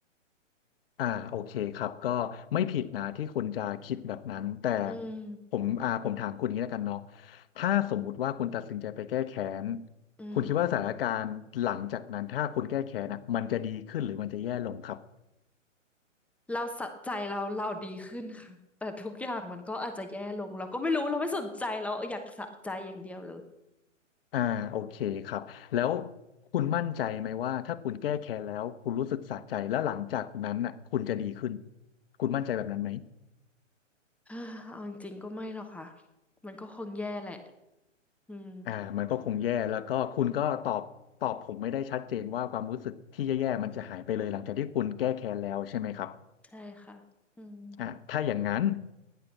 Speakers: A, on the left (about 50°); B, in the centre.
A: อ่าโอเคครับก็ไม่ผิดนะที่คุณจะคิดแบบนั้นแต่
B: อืม
A: ผมอ่าผมถามคุณอย่างนี้แล้วกันเนาะถ้าสมมุติว่าคุณตัดสินใจไปแก้แค้น
B: อืม
A: คุณคิดว่าสถานการณ์หลังจากนั้นถ้าคุณแก้แค้นอ่ะมันจะดีขึ้นหรือมันจะแย่ลงครับ
B: เราสะใจเราเราดีขึ้นค่ะแต่ทุกอย่างมันก็อาจจะแย่ลงเราก็ไม่รู้เราไม่สนใจเราอยากสะใจอย่างเดียวเลย
A: อ่าโอเคครับแล้วคุณมั่นใจไหมว่าถ้าคุณแก้แค้นแล้วคุณรู้สึกสะใจแล้วหลังจากนั้นน่ะคุณจะดีขึ้นคุณมั่นใจแบบนั้นไหม
B: เออเอาจริงๆก็ไม่หรอกค่ะมันก็คงแย่แหละอืม
A: อ่ามันก็คงแย่แล้วก็คุณก็ตอบตอบผมไม่ได้ชัดเจนว่าความรู้สึกที่แย่ๆมันจะหายไปเลยหลังจากที่คุณแก้แค้นแล้วใช่ไหมครับ
B: ใช่ค่ะอืม
A: อ่าถ้าอย่างนั้น